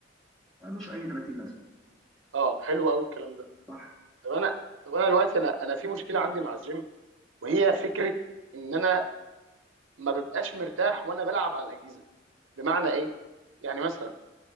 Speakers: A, in the centre; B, on the right (about 85°).
A: ملوش اي 30 لازمه
B: اه حلو قوي الكلام ده
A: صح
B: طب
A: اه
B: انا طب انا دلوقتي انا انا في مشكله عندي مع الجيم وهي فكره ان انا ما ببقاش مرتاح وانا بلعب على الاجهزه بمعنى ايه يعني مثلا